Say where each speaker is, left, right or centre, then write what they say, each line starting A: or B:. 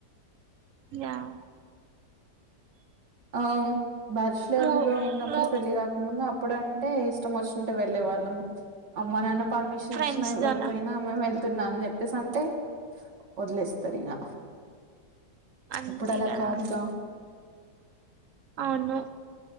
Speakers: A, on the right (about 55°); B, on the right (about 85°).
A: యా
B: ఆ, బ్యాచ్లర్
A: మూ
B: గా ఉన్నప్పుడు
A: మూ
B: పెళ్ళి కాకముందు. అప్పుడు అంటే ఇష్టం వస్తుంటే వెళ్ళే వాళ్ళం అమ్మా నాన్న. పర్మిషన్
A: ఫ్రెండ్స్
B: ఇచ్చినా ఇవ్వకపోయినా
A: తోనా
B: మేం మేళ్త తిన్నా అని చెప్పేసి అంటే వదిలేస్తారు ఇక
A: అంతే
B: ఇప్పుడు అలా
A: కదా
B: కాదుగా
A: అవును